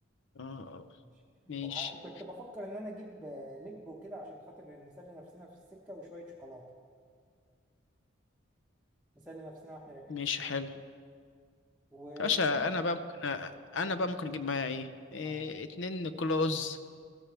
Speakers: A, on the left; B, in the centre.
A: اه آه.
B: ماشي
A: ماشي
B: وع- وكنت بفكر إن أنا أجيب آه، لب وكده عشان خاطر نسلي نفسنا في السكة وشوية شوكولاتة نسلي نفسنا وإحنا رايحين
A: ماشي
B: في السكة
A: حلو
B: و
A: باشا انا بقى ممكن أ... انا
B: آه
A: بقى ممكن اجيب معايا ايه, إيه
B: آه
A: اتنين كلوز